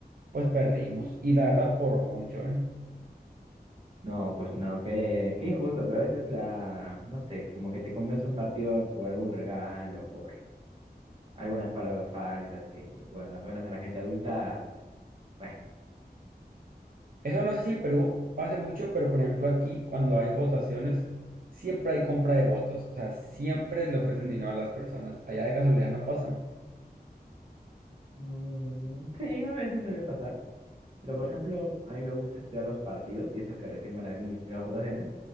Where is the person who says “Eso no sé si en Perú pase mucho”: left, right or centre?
Right